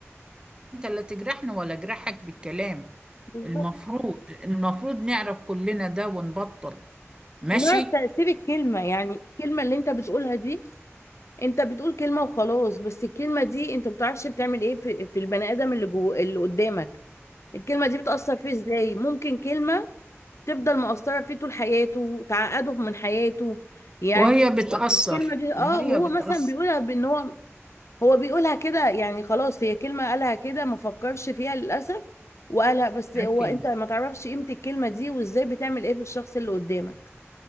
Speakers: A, on the right; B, on the left.
A: انت لا تجرحني ولا اجرحك بالكلام
B: بالظبط
A: المفروض المفروض نعرف كلنا ده ونبطل ماشي
B: ونعرف تأثير الكلمة يعني الكلمة اللي انت بتقولها دي انت بتقول كلمة وخلاص بس الكلمة دي انت ما بتعرفش بتعمل ايه في, في البني ادم اللي جوه اللي قدامك الكلمة دي بتأثر فيه ازاي ممكن كلمة تفضل مؤثرة فيه طول حياته تعقده من حياته يعني
A: وهي بتأثر
B: الكلمة دي اه
A: وهي
B: وهو
A: بتأثر
B: مثلا بيقولها بان هو هو بيقولها كده يعني خلاص هي كلمة قالها كده ما فكرش فيها للأسف وقالها بس
A: أكيد
B: هو انت ما تعرفش قيمة الكلمة دي وازاي بتعمل ايه في الشخص اللي قدامك